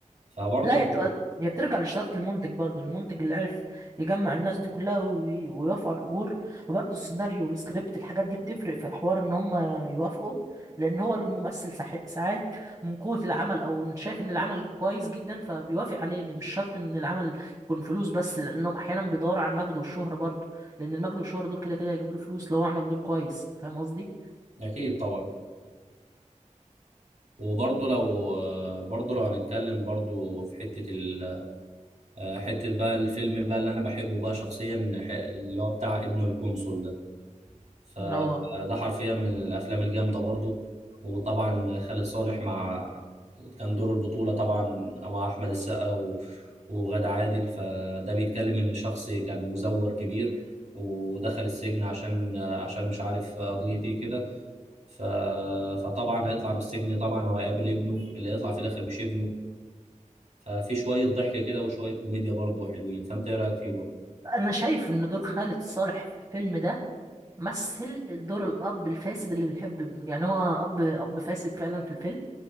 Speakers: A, on the right; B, on the right.
A: فبرضه
B: لا
A: لو
B: هي بتبقى هي بترجع لشطارة المنتج برضو المنتج اللي عرف يجمع الناس دي كلها وي- ويوافقوا على الأجور وبرضو السيناريو والسكريبت الحاجات دي بتفرق في حوار إن هم يوافقوا لأن هو الممثل ساح- ساعات من قوة العمل أو إن شايف إن العمل كويس جدا فبيوافق عليه لأن مش شرط إن العمل يكون فلوس بس لأنهم أحيانا بيدوروا على المجد والشهرة برضو لأن المجد والشهرة دول كده كده هيجيبوا له فلوس لو هو عمل دور كويس فاهم قصدي؟
A: اكيد طبعا وبرضه لو برضه لو هنتكلم برضه في حتة ال حتة بقى الفيلم بقى اللي أنا بحبه بقى شخصيا ح- اللي هو بتاع ابن القنصل ده فده
B: اه
A: حرفيا من الأفلام الجامدة برضه وطبعا خالد صالح مع كان دور البطولة طبعا مع أحمد السقا و- وغادة عادل فده بيتكلم إن شخص كان مزور كبير ودخل السجن عشان عشان مش عارف قضية إيه كده ف... فطبعا هيطلع من السجن طبعا هو هيقابل ابنه اللي هيطلع في الاخر مش ابنه ففي شويه ضحك كده وشويه كوميديا برضه حلوين فانت ايه رايك فيه برضه
B: انا شايف ان دور خالد صالح في الفيلم ده مثل دور الاب الفاسد اللي بيحب ابنه يعني هو اب اب فاسد فعلا في الفيلم